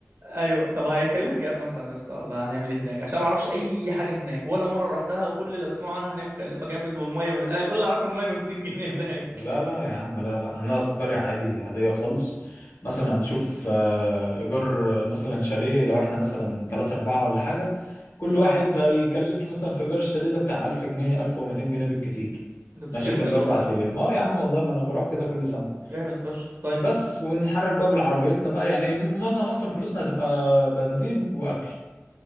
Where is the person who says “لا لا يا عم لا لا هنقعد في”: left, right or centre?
Left